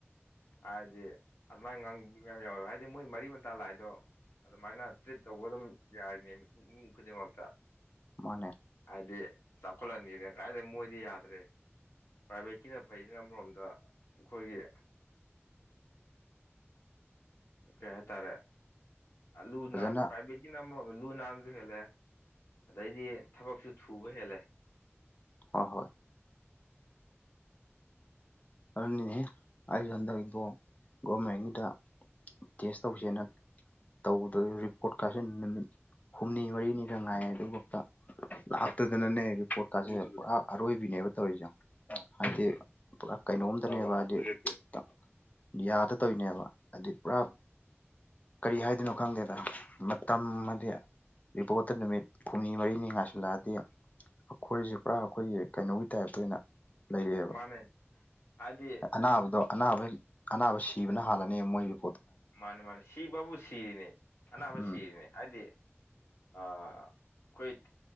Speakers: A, on the left; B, on the left.
A: ꯍꯥꯏꯗꯤ ꯑꯗꯨꯃꯥꯏꯅ ꯉꯥꯡꯕ ꯃꯌꯥꯝ ꯌꯥꯎꯋꯦꯕ ꯍꯥꯏꯗꯤ ꯃꯣꯏ ꯃꯔꯤ ꯃꯇꯥ ꯂꯥꯛꯏꯗꯣ ꯑꯗꯨꯃꯥꯏꯅ ꯇ꯭ꯔꯤꯠ ꯇꯧꯕ ꯑꯗꯨꯝ ꯌꯥꯏꯅꯦ ꯃꯤꯄ ꯃꯤ ꯈꯨꯗꯤꯡꯃꯛꯇ
B: ꯃꯅꯦ
A: ꯍꯥꯏꯗꯤ ꯆꯥꯎꯈꯠꯂꯟꯅꯤꯗꯅ ꯀꯥꯏꯗꯒꯤ ꯃꯣꯏꯗꯤ ꯌꯥꯗ꯭ꯔꯦ ꯄ꯭ꯔꯥꯏꯚꯦꯠꯀꯤꯅ ꯐꯅ ꯑꯃꯔꯣꯝꯗ ꯑꯩꯈꯣꯏꯒꯤ ꯀꯩ ꯍꯥꯏꯇꯥꯔꯦ ꯑꯂꯨ
B: ꯐꯖꯅ
A: ꯅꯥꯥꯟ ꯄꯥꯏꯕꯦꯠ ꯑꯃ ꯂꯨ ꯅꯥꯟꯕꯁꯨ ꯍꯦꯜꯂꯦ ꯑꯗꯩꯗꯤ ꯊꯕꯛꯁꯨ ꯊꯨꯕ ꯍꯦꯜꯂꯦ
B: ꯍꯣꯏ ꯍꯣꯏ ꯑꯗꯨꯅꯦ ꯑꯩ ꯍꯟꯗꯛ ꯏꯕꯨ ꯒꯣꯔꯃꯦꯟꯒꯤꯗ ꯇꯦꯁ ꯇꯧꯁꯦꯅ ꯇꯧꯕꯗ ꯔꯤꯄꯣꯔꯠ ꯀꯥꯁꯦ ꯅꯨꯃꯤꯠ ꯍꯨꯝꯅꯤ ꯃꯔꯤꯅꯤꯗ ꯉꯥꯏ ꯑꯗꯨꯐꯥꯎꯗ ꯂꯥꯛꯇꯗꯅꯅꯦ ꯔꯤꯄꯣꯔꯠ ꯀꯥꯔꯠꯁꯦ ꯄꯨꯔꯥ ꯑꯔꯣꯏꯕꯤꯅꯦꯕ ꯇꯧꯔꯤꯁꯦ ꯍꯥꯏꯗꯤ ꯄꯨꯔꯥ ꯀꯩꯅꯣꯝꯇꯅꯦꯕ ꯍꯥꯏꯗꯤ ꯌꯥꯗ ꯇꯧꯔꯤꯅꯦꯕ ꯍꯥꯏꯗꯤ ꯄꯨꯔꯥ ꯀꯔꯤ ꯍꯥꯏꯗꯣꯏꯅꯣ ꯈꯪꯗꯦꯗ ꯃꯇꯝ ꯑꯃꯗꯤ ꯔꯤꯄꯣꯠꯇ ꯅꯨꯃꯤꯠ ꯍꯨꯝꯅꯤ ꯃꯔꯤꯅꯤ ꯉꯥꯏꯁꯤꯜꯂꯛꯑꯗꯤ ꯑꯩꯈꯣꯏꯁꯦ ꯄꯨꯔꯥ ꯑꯩꯈꯣꯏꯒꯤ ꯀꯩꯅꯣꯒꯤ ꯇꯥꯏꯞꯇ ꯑꯣꯏꯅ ꯂꯩꯔꯛꯑꯦꯕ
A: ꯃꯥꯅꯦ ꯍꯥꯏꯗꯤ
B: ꯑꯅꯥꯕꯗꯣ ꯑꯅꯥꯕ ꯑꯅꯥꯕ ꯁꯤꯕꯅ ꯍꯥꯜꯂꯅꯤ ꯃꯣꯏꯒꯤ
A: ꯃꯥꯅꯦ ꯃꯥꯅꯤ ꯁꯤꯕꯕꯨ ꯁꯤꯔꯤꯅꯦ ꯑꯅꯥꯕ
B: ꯎꯝ
A: ꯁꯤꯔꯤꯅꯦ ꯍꯥꯏꯗꯤ ꯑ ꯀꯣꯏ